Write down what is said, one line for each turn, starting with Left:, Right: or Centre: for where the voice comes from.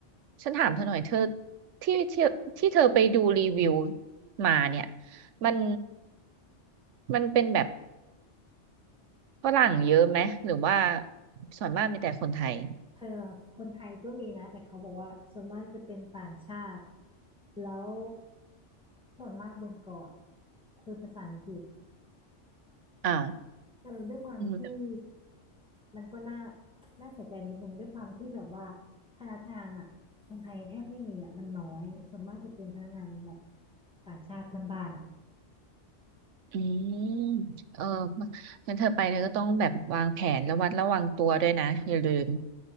Right: ฉันถามเธอหน่อยเธอที่ที่ที่เธอไปดูรีวิวมาเนี่ย มัน มันเป็นแบบฝรั่งเยอะไหม หรือว่าส่วนมากมีแต่คนไทย
Centre: เธอคนไทยก็มีนะแต่เขาบอกว่าส่วนมากจะเป็นต่างชาติแล้วส่วนมากบนเกาะคุยภาษาอังกฤษ
Right: อ่า
Centre: เออด้วยความที่
Right: อืม
Centre: มันก็น่าน่าเสียใจนิดนึงด้วยความที่แบบว่าพนักงานอ่ะคนไทยแทบไม่มีอ่ะมันน้อยส่วนมากจะเป็นพนักงานแบบต่างชาติเพื่อนบ้านอ่ะ
Right: อืมเอองั้นเธอไปเธอก็ต้องแบบวางแผนระวัดระวังตัวด้วยนะอย่าลืม